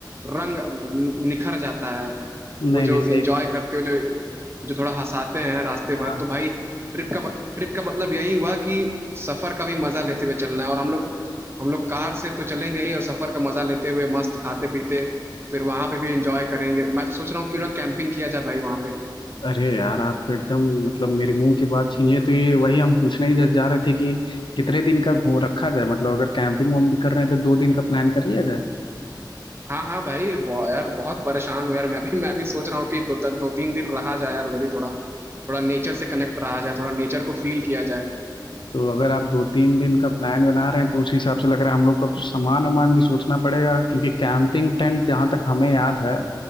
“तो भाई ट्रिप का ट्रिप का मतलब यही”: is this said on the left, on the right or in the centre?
Right